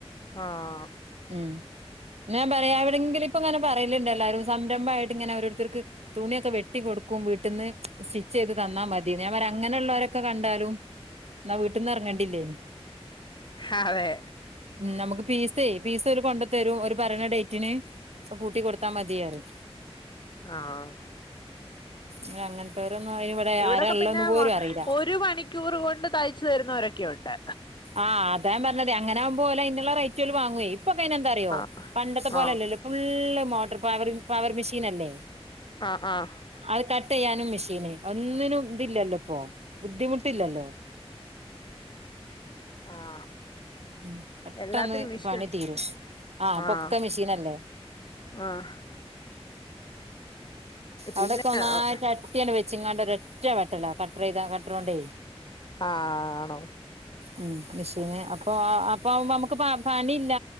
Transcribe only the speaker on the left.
ആഹ്
ഹാവേ
ആഹ്
ഇവിടൊക്കെ
പിന്നെ
വ-
ഒരു മണിക്കൂർ കൊണ്ട് തയ്ച്ചു തരുന്നവരൊക്കെയുണ്ട്.
ആഹ്
ആഹ്
ആ ആഹ്
ആഹ്
എല്ലാത്തിനും മിഷൻ
ആഹ്
ആഹ്
പിന്നെ
ആഹ്
ആണോ